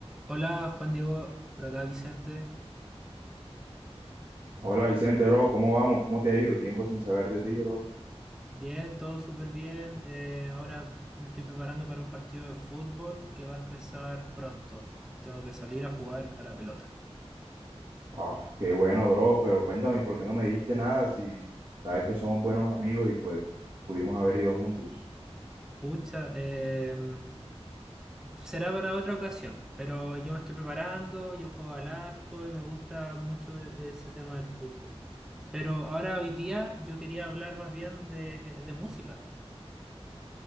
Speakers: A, in the centre; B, on the right (about 55°).
A: Hola Juan Diego, por acá Vicente.
B: Hola Vicente, bro, ¿cómo vamos? ¿Cómo te ha ido? Tiempo sin saber de ti, bro.
A: Bien, todo súper bien. Eh, ahora me estoy preparando para un partido de fútbol que va a empezar pronto. Tengo que salir a jugar a la pelota.
B: Ah, qué bueno, bro, pero cuéntame, ¿por qué no me dijiste nada si sabes que somos buenos amigos y pues pudimos haber ido juntos?
A: Pucha, em, será para otra ocasión, pero yo me estoy preparando, yo juego al arco y me gusta mucho e- ese tema del fútbol. Pero ahora hoy día yo quería hablar más bien de, de música.